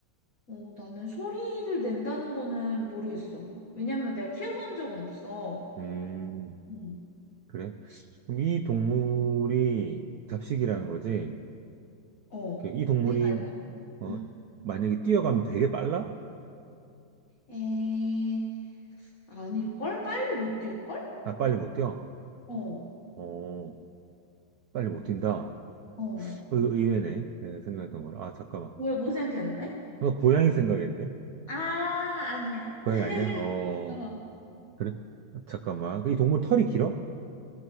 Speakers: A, on the left; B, on the right.
A: 어, 나는 소리를 낸다는 거는 모르겠어. 왜냐면 내가 키워본 적은 없어.
B: 음,
A: 응.
B: 그래? 그럼 이 동물이 잡식이라는 거지?
A: 어,
B: 그, 이 동물이,
A: 내가 알기로는.
B: 어,
A: 응.
B: 만약에 뛰어가면 되게 빨라?
A: 에, 아닐걸? 빨리 못 뛸걸?
B: 아, 빨리 못 뛰어?
A: 어,
B: 어, 빨리 못 뛴다?
A: 어.
B: 어, 이거 의외네. 내가 생각했던 거랑. 아, 잠깐만.
A: 왜, 뭐 생각했는데?
B: 나 고양이 생각했는데?
A: 아, 아니야.
B: 고양이
A: <laughs>
B: 아니야? 어,
A: 어.
B: 그래? 잠깐만. 그 이 동물 털이 길어?